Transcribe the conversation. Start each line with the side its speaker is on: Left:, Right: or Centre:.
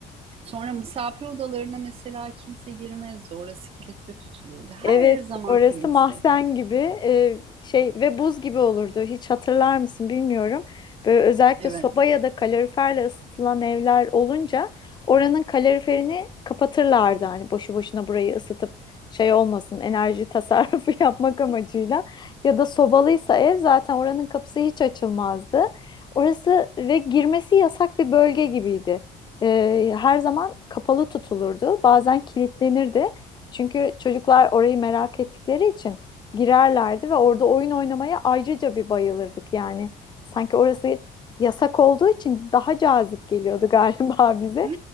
Right: Sonra misafir odalarına mesela kimse girmezdi. Orası kilitli tutulurdu. Her
Left: Evet,
Right: zaman
Left: orası
Right: temizdi.
Left: mahzen gibi e, şey ve buz gibi olurdu. Hiç hatırlar mısın bilmiyorum. Böyle özellikle
Right: Evet.
Left: soba ya da kaloriferle ısıtılan evler olunca oranın kaloriferini kapatırlardı. Hani boşu boşuna burayı ısıtıp şey olmasın enerji tasarrufu <laughs> yapmak amacıyla. Ya da sobalıysa ev zaten oranın kapısı hiç açılmazdı. Orası ve girmesi yasak bir bölge gibiydi. E, her zaman kapalı tutulurdu. Bazen kilitlenirdi. Çünkü çocuklar orayı merak ettikleri için girerlerdi ve orada oyun oynamaya ayrıca bir bayılırdık yani. Sanki orası yasak olduğu için daha cazip geliyordu <laughs> galiba bize.
Right: Hı,